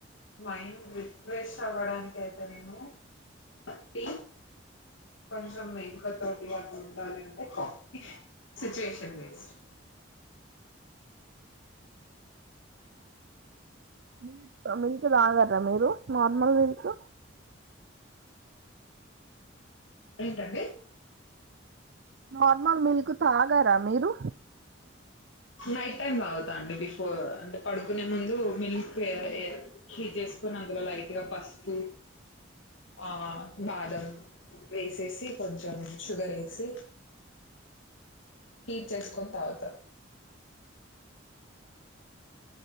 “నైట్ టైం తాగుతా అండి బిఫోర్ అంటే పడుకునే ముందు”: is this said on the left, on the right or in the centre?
Left